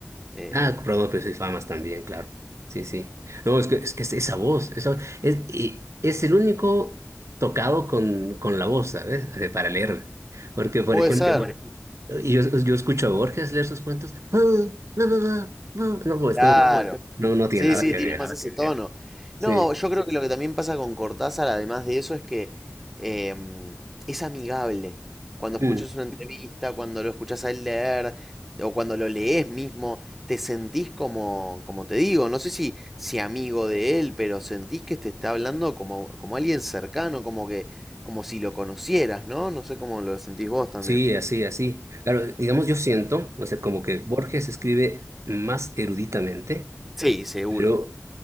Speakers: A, in the centre; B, on the right (about 70°).
A: eh,
B: Ah, comprador de precios y famas también, claro. Sí, sí. No, es que, es que es esa voz, esa voz- es, y es el único tocado con, con la voz, ¿sabes? Así, Para leerla. Porque, por
A: puede
B: ejemplo,
A: Porque, por ser,
B: y yo, yo escucho a Borges leer sus cuentos. "Ah, ah, ah, ah". No, pues
A: Claro.
B: no, no, no tiene
A: Sí,
B: nada
A: sí,
B: que
A: tiene
B: ver.
A: más ese tono.
B: Sí.
A: No, yo creo que lo que también pasa con Cortázar, además de eso, es que em, es amigable. Cuando escuchas
B: Mm.
A: una entrevista, cuando lo escuchas a él leer, o cuando lo lees mismo, te sentís como, como te digo, no sé si, si amigo de él, pero sentís que te está hablando como, como alguien cercano, como que, como si lo conocieras, ¿no? No sé cómo lo sentís vos también.
B: Sí, así, así. Claro, digamos, yo siento, o sea, como que Borges escribe más eruditamente
A: Sí, seguro.
B: Pero